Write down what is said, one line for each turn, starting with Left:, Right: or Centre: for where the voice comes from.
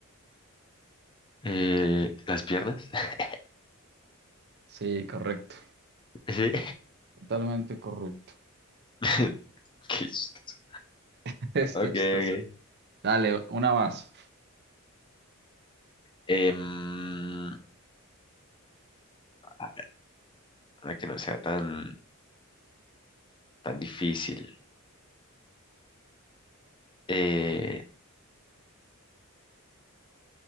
Left: Eh, las piernas. <laughs>
Right: Sí, correcto.
Left: Sí.
Right: Totalmente correcto.
Left: <laughs> Qué chistoso.
Right: <laughs> Está
Left: Ok,
Right: chistosa.
Left: ok.
Right: Dale, una más.
Left: Em, a- una que no sea tan, tan difícil. Eh,